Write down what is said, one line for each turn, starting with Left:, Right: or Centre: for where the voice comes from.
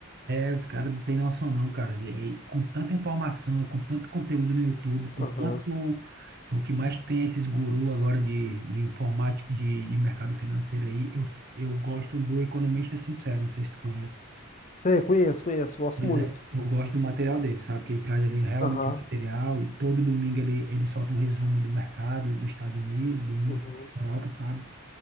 Right: é, os caras não têm noção não, cara. E aí, com tanta informação, com tanto conteúdo no YouTube, com
Left: Aham.
Right: tanto. é O que mais tem é esses gurus agora de, de informática, de, de mercado financeiro aí, eu, eu gosto do Economista Sincero, não sei se tu conhece.
Left: Sei, conheço, conheço, gosto
Right: Pois
Left: muito.
Right: é, eu gosto do material dele, sabe? Que ele traz ali realmente
Left: Aham,
Right: o material e todo domingo ele, ele solta um resumo do mercado dos Estados Unidos, do mundo
Left: uhum,
Right: todo, da Europa, sabe?